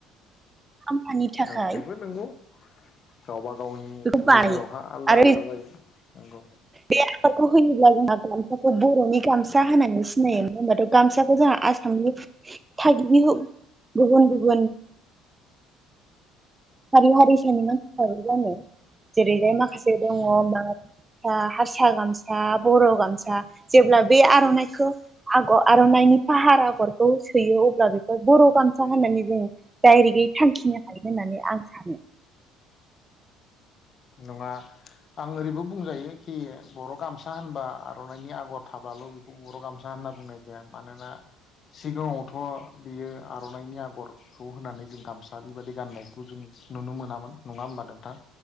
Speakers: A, on the right; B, on the left.
A: खामफानि थाखाय
B: औ बेबो नंगौ गावबा गावनि
A: बेखौ
B: नोजोरावहा
A: बानायो
B: आलदा
A: आरो
B: आलदा जायो नंगौ।
A: बे आगरखौ होयोब्ला जोंहा गामसाखौ बर'नि गामसा होननानै सिनायो मानो होनबाथ गामसाखौ जोंहा आसामनि थागिबि हो गुबुन गुबुन हारि हारिसानि मान सिबै गानो जेरैजाय माख खासे दङ
B: उम
A: बा सा हारसा गामसा बर' गाम सा जेब्ला बे आर'नाइखौ आगर आर'नाइनि फाहार आगर खौ सोयो। अब्ला बेखौ बर' गामसा होननानै जों डाइरेक्टयै थांखिनो हायो होननानै आं सानो
B: नङा आं ओरैबो बुंजायो खि बर' गामसा होनबा आर'नाइनि आगर थाबल बेखौ बर' गामसा होनना बुंनाय जाया। मानोना सिगाङावथ बियो आर'नाइनि आगर खौ होनानै जों गामसा बेबायदि गाननायखौ जों नुनो मोनामोन। नङा होमबा नोंथां।